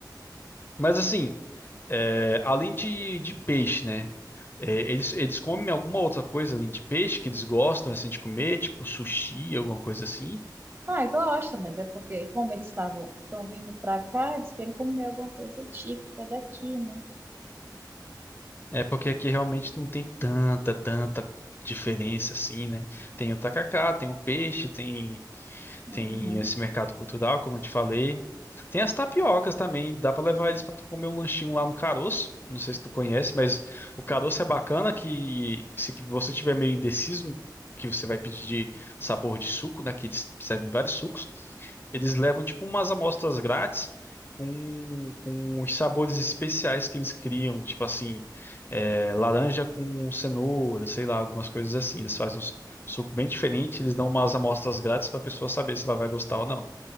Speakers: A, on the left; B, on the right.
A: Mas assim, é, além de, de peixe, né? É, eles, eles comem alguma outra coisa além de peixe que eles gostam assim de comer, tipo sushi, alguma coisa assim.
B: Ah, gosta, mas é porque como eles estavam estão vindo para cá, eles querem comer alguma coisa típica daqui, né?
A: É porque aqui realmente não tem tanta, tanta diferença assim, né? Tem o tacacá, tem o peixe, tem
B: Uhum.
A: Tem esse mercado cultural, como eu te falei. Tem as tapiocas também, dá para levar eles para comer um lanchinho lá no Caroço. Não sei se tu conhece, mas o Caroço é bacana que se você tiver meio indeciso o que você vai pedir de sabor de suco, né, que eles servem vários sucos, eles levam tipo umas amostras grátis com, com os sabores especiais que eles criam, tipo assim, é, laranja com cenoura, sei lá, algumas coisas assim. Eles fazem uns, suco bem diferente, eles dão umas amostras grátis pra pessoa saber se ela vai gostar ou não,